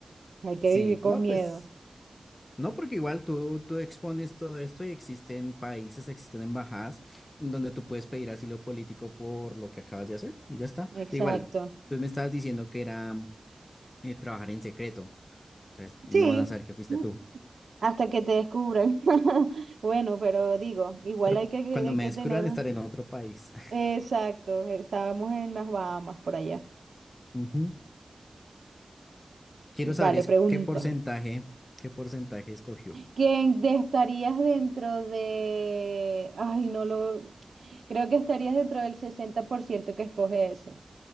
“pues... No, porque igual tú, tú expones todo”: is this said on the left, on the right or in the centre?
Left